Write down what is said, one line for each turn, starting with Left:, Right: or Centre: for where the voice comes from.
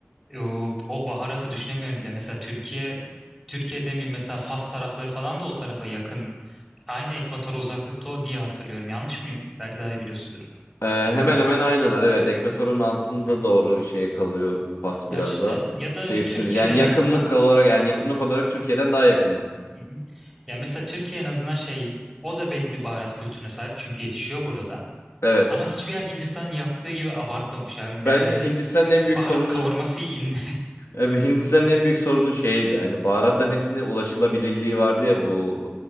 Centre: O, o baharatı düşünemiyorum bile. Mesela Türkiye Türkiye'de mi mesela Fas tarafları falan da o tarafa yakın. Aynı ekvatora uzaklıkta o diye hatırlıyorum. Yanlış mıyım? Belki daha iyi biliyorsundur.
Left: Ee, hemen hemen aynılar evet. Ekvatorun altında
Centre: Hı.
Left: doğru şeye kalıyor Fas
Centre: Ya
Left: biraz
Centre: işte
Left: daha.
Centre: ya da
Left: Şey
Centre: bir
Left: üstüne
Centre: Türkiye'de
Left: yani
Centre: en
Left: yakınlık
Centre: azından
Left: olarak yani yakınlık olarak Türkiye'den daha yakınlar.
Centre: Hı hı. Ya mesela Türkiye en azından şey o da belli bir baharat kültürüne sahip çünkü yetişiyor burada da.
Left: Evet.
Centre: Ama hiçbir yer Hindistan'ın yaptığı gibi abartmamış abi.
Left: Bence
Centre: Ne- yani
Left: Hindistan'ın en
Centre: baharat
Left: büyük sorunu
Centre: kavurması yiyin.
Left: Abi Hindistan'ın en büyük sorunu şeydi. Hani baharatların hepsine ulaşılabilirliği vardı ya bu